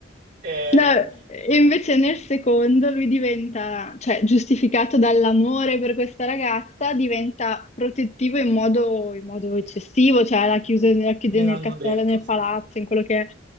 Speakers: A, on the right; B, on the left.
A: eh,
B: No, e invece nel secondo lui diventa, cioè giustificato dall'amore per questa ragazza, diventa protettivo in modo, in modo eccessivo, cioè la chiuse, la chiude
A: me
B: nel
A: l'hanno
B: castello,
A: detto.
B: nel
A: sì.
B: palazzo, in quello che è.